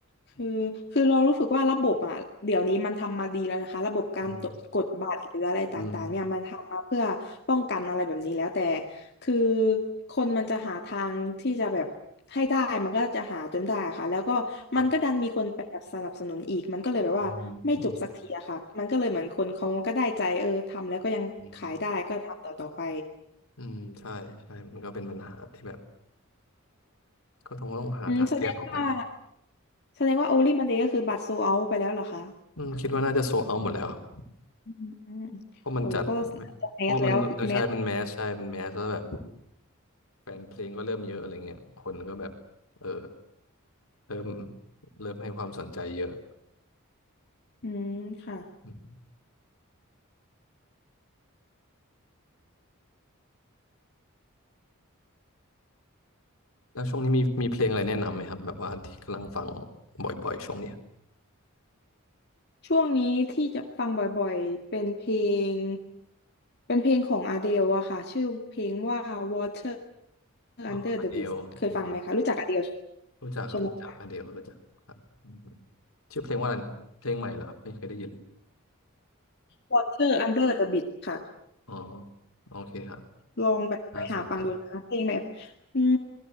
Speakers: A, on the left; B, on the left.
A: คือคือเรารู้สึกว่าระบบอ่ะเดี๋ยวนี้มันทำมาดีแล้วนะคะระบบการตรวจกดบัตรหรืออะไรต่างๆเนี่ยมันทำมาเพื่อป้องกันอะไรแบบนี้แล้วแต่
B: อืมอืม
A: คือคนมันจะหาทางที่จะแบบให้ได้มันก็จะหาจนได้ค่ะแล้วก็มันก็ดันมีคนไปแบบสนับสนุนอีกมันก็เลยแบบว่าไม่จบสักทีอะค่ะมันก็เลยเหมือนคนเขาก็ได้ใจเออทำแล้วก็ยังขายได้ก็ทำต่อๆไป
B: ครับ อืมอืมอืมอืมใช่ใช่มันก็เป็นปัญหาที่แบบก็ต้องต้องหาทางแก้ต่อไปร
A: อืมแสดงว่าแสดงว่าโอลิมันเดย์ก็คือบัตรโซเอาไปแล้วเหรอคะ
B: อืมคิดว่าน่าจะโซเอาหมดแล้วครับ
A: อืมอืม
B: เพราะมันจัด
A: โอ้ก็จะแมสแล้วคือแมส
B: เพราะมันแล้วใช่มันแมสใช่มันแมสแล้วแบบแฟนเพลงก็เริ่มเยอะอะไรเงี้ยคนก็แบบเออเริ่มเริ่มให้ความสนใจเยอะ
A: อืมค่ะ
B: อืมแล้วช่วงนี้มีมีเพลงอะไรแนะนำไหมครับแบบว่าที่กำลังฟังบ่อยๆช่วงเนี้ย
A: ช่วงนี้ที่จะฟังบ่อยๆเป็นเพลงเป็นเพลงของอ d เดลอะค่ะชื่อเพลงว่า Water
B: อ๋ออเดลอืม
A: Under the Bridge เคยฟังไหมคะรู้จักอ d เดล
B: รู้จักครับรู้จักอเดลรู้จักครับอืม
A: ใช่ไหมคะ
B: ชื่อเพลงว่าอะไรนะครับเพลงใหม่เหรอครับไม่เคยได้ยินเลย
A: Water Under the Bridge ค่ะ
B: อ๋อโอเคครับ
A: ลองแบบไปหาฟังดูนะคะเพลงแบบ
B: น่าสนใจ
A: อืม